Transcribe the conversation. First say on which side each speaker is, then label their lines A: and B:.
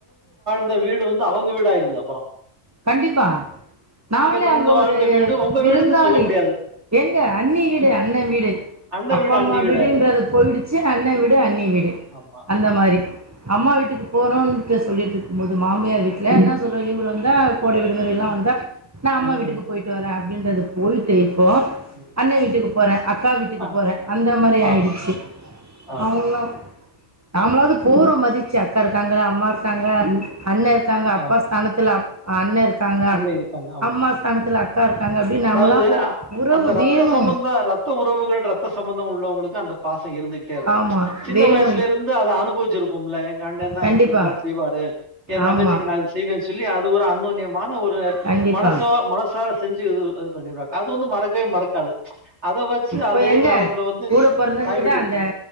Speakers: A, on the right; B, on the right.
A: ந்த வீடு வந்து அவுங்க வீடு ஆய்ருது அப்பறோ
B: கண்டிப்பா நாம்ளே
A: பிறந்து
B: அங்க
A: வாழ்ந்த
B: ஒரு
A: வீடு உங்க
B: விருந்தாளி
A: வீடுன்னு சொல்ல முடியாது.
B: எங்க அண்ணி வீடு அண்ணே வீடு
A: அண்ணன்
B: அப்பா
A: வீடு
B: அம்மா
A: அண்ணி வீடாயிருக்கு.
B: விடுன்றது போயிடுச்சி அண்ண வீடு அன்னி வீடு
A: ஆமா,
B: அந்த
A: ஆமாமா.
B: மாரி அம்மா வீட்டுக்கு போறோன்ட்டு சொல்லிட்ருக்கும் போது மாமியார் வீட்ல இன்னா சொல்லுவ லீவுவந்தா கோடை விடு முறைலா
A: ம்.
B: வந்தா நா அம்மா
A: ம்,
B: வீட்டுக்கு போயிட்டுவரே அப்டின்றது போயிட்டு இப்போ
A: ம்.
B: அண்ணே வீட்டுக்கு போறே அக்கா வீட்டுக்கு
A: ஆ,
B: போறே அந்த மாரி
A: ஆம்,
B: ஆயிடுச்சி
A: ஆமா.
B: அவுங்ளா நமளாவது போரோ மதிச்சி அக்கா இருக்காங்ளே அம்மா இருக்காங்க அண்ணே இருக்காங்க அப்பாஸ்
A: ஆம்.
B: தானத்துல அப் அண்ணே இருக்காங்க
A: அண்ணன் இருக்காங்க. ஆமா.
B: அம்மா ஸ்தானத்துல அக்கா இருக்காங்க அப்டினு நம்மலா
A: அதாவது அ-
B: உறவு
A: அந்த ரத்த
B: வேணு
A: சம்பந்தம், ரத்த உறவுகள் ரத்த சம்பந்த உள்ளவுங்ளுக்கு அந்த பாச இருந்துகிட்டே இருக்கு
B: ஆமா
A: சின்ன
B: வேணும்
A: வயசுலேருந்து அத அனுபவிச்சிருப்போம்ல எங்க அண்ணே தா
B: கண்டிப்பா
A: எனக்கு இதெல்லா செய்வாரு எ தங்கச்சிக்கு
B: ஆமா
A: நா இத செய்வேன் சொல்லி அது ஒரு அன்னோன்ய ஆனா ஒரு
B: கண்டிப்பா
A: மனசோ மனசார செஞ்சு இது இது பண்ணிருவ அது வந்து மறக்கவே மறக்காது அத வச்சு
B: இப்ப
A: அதே
B: எங்க
A: ஞாபகத்துல வந்து
B: கூட பொறந்தவங்க
A: தாய்
B: கிட்ட
A: வீட்டுக்கு
B: அந்த